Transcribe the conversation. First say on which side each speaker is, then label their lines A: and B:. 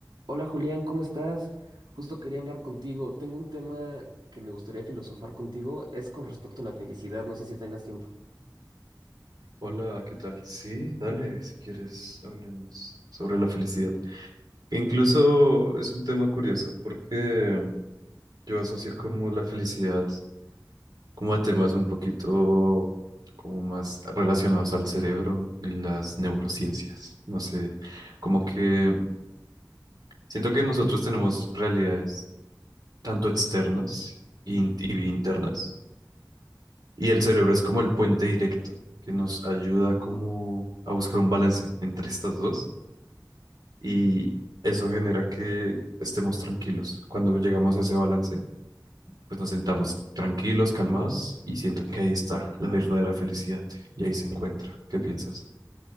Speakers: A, on the right; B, on the right.
A: Hola Julián, ¿cómo estás? Justo quería hablar contigo. Tengo un tema que me gustaría filosofar contigo, es con respecto a la felicidad, no sé si tengas tiempo.
B: Hola, ¿qué tal? Sí, dale, si quieres, hablemos sobre la felicidad. Incluso es un tema curioso porque yo asocio como la felicidad como a temas un poquito como más relacionados al cerebro y las neurociencias. No sé, como que siento que nosotros tenemos realidades tanto externas y in- y internas y el cerebro es como el puente directo que nos ayuda como a buscar un balance entre estas dos y eso genera que estemos tranquilos. Cuando llegamos a ese balance, pues nos sentamos tranquilos, calmados y siento que ahí está la verdadera felicidad y ahí se encuentra. ¿Qué piensas?